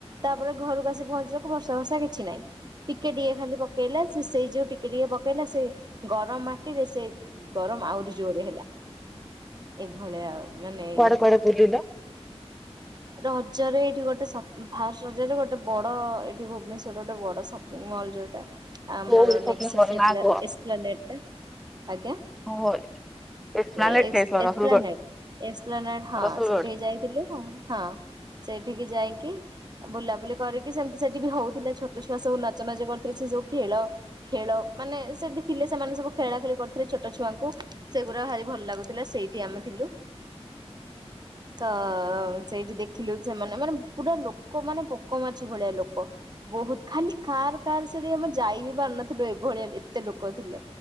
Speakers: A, on the right; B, in the centre.
A: ତାପରେ ଘରକୁ ଆସି ପହଞ୍ଚିବାକୁ ବର୍ଷା ଫର୍ଷା କିଛି ନାହିଁ। ଟିକେ ଟିକେ ଖାଲି ପକେଇଲା ସେଇ ଯୋଉ ଟିକେ ଟିକେ ପକେଇଲା। ସେ ଗରମ ମାଟିରେ ସେ ଗର ଆହୁରି ଜୋରେ ହେଲା ଏଭଳିଆ ମାନେ ଇଏ।
B: କୁଆଡ଼େ ବୁଲିଲ।
A: ରଜରେ ଏଇଠି ଗୋଟେ ସପ ଫାଷ୍ଟ ରଜରେ। ଗୋଟେ ବଡ ଏଠି ଭୁବନେଶ୍ଵରରେ ଗୋଟେ ବଡ ସପିଂ ମଲ ଯଉଟା ଆମର
B: କୋଉ ସପିଂ
A: ନେକ୍ସେସ
B: କଲ
A: ହେଇଥିଲା
B: ନା କୁହ?
A: ଏସ୍ପ୍ଲାନେଟ ଟା। ଆଜ୍ଞା
B: ଓହୋ ଏକ୍ସପ୍ଲାନେଟ
A: ଏ-ଏସ
B: ଯାଇଥିଲ
A: ଏସ୍ପ୍ଲାନେଟ
B: ରସୁଲଗଡ
A: ଏସ୍ପ୍ଲାନେଟ। ହଁ
B: ରସୁଲଗଡ
A: ସେଠିକି ଯାଇଥିଲୁ ହଁ ସେ ସେଠିକି ଯାଇକି ବୁଲାବୁଲି କରିକି ସେମିତି ସେଠି ବି ହଉଥିଲା ଛୋଟ ଛୁଆ ସବୁ ନଚାନଚି କରିଥିଲେ ସେ ସବୁ କି ଖେଳ ଖେଳ ମାନେ ସେଠି ଥିଲେ, ସେମାନେ ସବୁ ଖେଳା ଖେଳି କରିଥିଲେ ଛୋଟ ଛୁଆଙ୍କୁ ସେଗୁରା ଭାରି ଭ ଭଲ ଲାଗୁଥିଲା ସେଇଠି ଆମେ ଥିଲୁ ତ ସେଇଠି ଦେଖିଲୁ ସେମାନେ ମାନେ ପୁରା ଲୋକ ମାନେ ପୋକ ମାଛି ଭଳିଆ ଲୋକ ବହୁତ ଖାଲି କାର କାର ସେଠି ଆମେ ଯାଇ ବି ପାରନଥିଲୁ ଏଭଳିଆ ଏତେ ଲୋକ ଥିଲେ